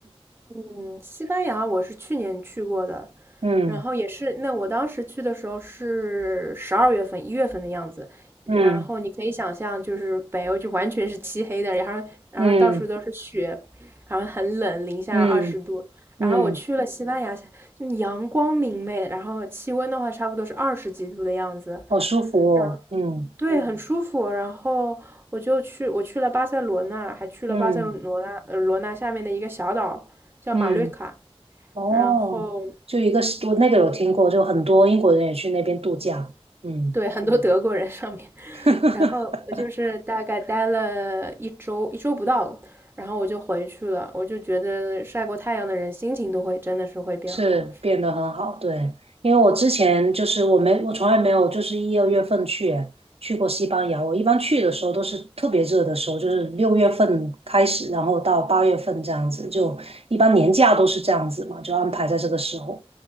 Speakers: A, on the right; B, on the right.
A: 嗯，西班牙我是去年去过的，
B: 嗯
A: 然后也是，那我当时去的时候是十二月份、一月份的样子，然后你可以想象，
B: 嗯
A: 就是北欧就完全是漆黑的，然后然后到处都是雪，
B: 嗯
A: 然后很冷，零下二十度，
B: 嗯嗯，
A: 然后我去了西班牙，就阳光明媚，然后气温的话差不多是二十几度的样子，
B: 好舒服哦。
A: 然。
B: 嗯
A: 对，很舒服。然后我就去，我去了巴塞罗那，还去了巴塞罗那呃罗那下面的一个小岛叫马略卡。
B: 嗯嗯，哦，
A: 然后
B: 就一个我那个有听过，就很多英国人也去那边度假。嗯。
A: 对，很多德国人上面。
B: <laughs>
A: 然后我就是大概待了一周，一周不到，然后我就回去了。我就觉得晒过太阳的人心情都会真的是会变好。
B: 是变得很好，对，因为我之前就是我没我从来没有就是一二月份去去过西班牙，我一般去的时候都是特别热的时候，就是六月份开始，然后到八月份这样子，就一般年假都是这样子嘛，就安排在这个时候。